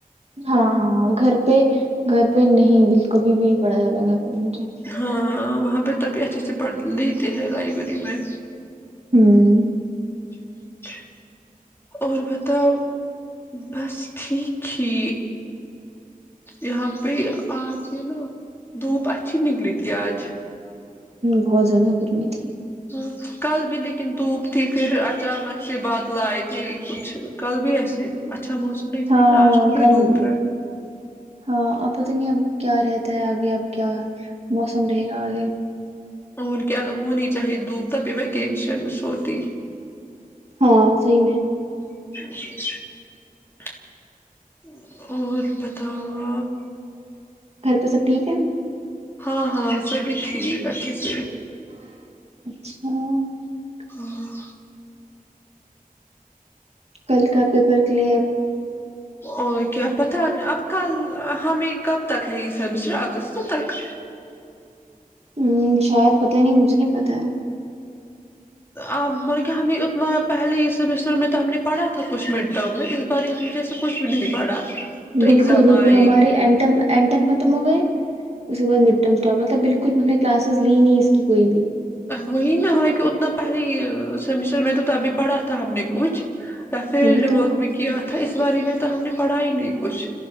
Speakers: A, on the right; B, on the left.
A: ہاں ہاں گھر پہ گھر پہ نہیں بالکل بھی بھی پڑا زیادہ گھر پہ مجھے
B: ہاں وہاں پہ تبھی اچھے سے پڑھ لیتے ہیں لائب بری میں
A: ہوں
B: <inaudible> اور بتاؤ بس ٹھیک ھی یہاں پہ آج یہ نا دھوپ اچھی نکلی تھی آج
A: بہت زیادہ گرمی تھی
B: ہ کل بھی لیکن دھوپ تھی پھر اچانک سے بادل آئے تھے کچھ کل بھی ایسے اچھا موسم نہیں تھا
A: ہاں
B: لیکن آج ک ہی
A: کل
B: دھوپ ہے
A: ہاں اب پت نہیں اب کیا رہتا ہے آگے اب کیا موسم رہے گا آگے
B: اور کیا اگر ہونی چاہی دوب تبھی وکینشن میں سوتی
A: ہاں صحی میں
B: <inaudible>
A: گھر تو سب ٹھیک ہے
B: ہاں ہاں سبھی ٹھیک اچھے سے
A: <unintelligible>
B: ہوں
A: کل کا پیپر کلیئر
B: اور کیا پتہ اب کل ہمیں کب تک ہے یہ سمیسٹر اگست تک
A: ہ شاید پتہ ہی نہیں مجھے نہیں بتاائیں
B: آپ مطلب کہ ہمیں اتنا پہلے ہی سمسٹر میں تو ہم نے پڑھا تھا کچھ مڈ ٹرم میں اس بار ہم نے جیسے کچھ بھی نہیں پڑھا تو ایگزام
A: بالکل بالکل
B: آئے
A: ہمارے اینٹم اینٹم ختم ہو گئے اس کے بعد <inaudible> اسٹار مطلب بالکل بھی ہم نے کلاسز لی نہیں کی کوئی بھی
B: وہی نا مطلے کہ اتنا پہلے سیمسٹر میں تو <inaudible> ابھی پڑھا تھا ہم نے کچھ فیلڈ
A: وہی تو
B: بک بھی کیا تھا اس باری میں تو ہم نے پڑھا ہی نہیں کچھ